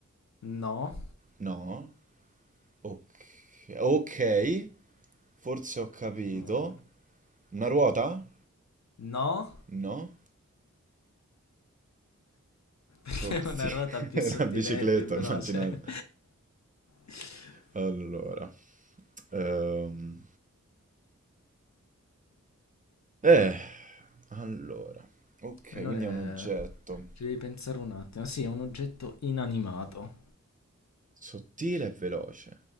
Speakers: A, on the left; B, on the right.
A: No.
B: No? Ok, ok, forse ho capito.
A: Mm.
B: Una ruota?
A: No.
B: No?
A: <laughs> Perché
B: Oh, sì,
A: una ruota
B: <laughs>
A: più
B: una
A: sottile
B: bicicletta,
A: e più veloce.
B: ho immaginato.
A: <laughs>
B: Allora, ehm, Eh, allora, ok,
A: E non
B: quindi
A: è...
B: è un oggetto
A: Ci devi pensare un attimo. Sì, è un oggetto inanimato.
B: sottile e veloce.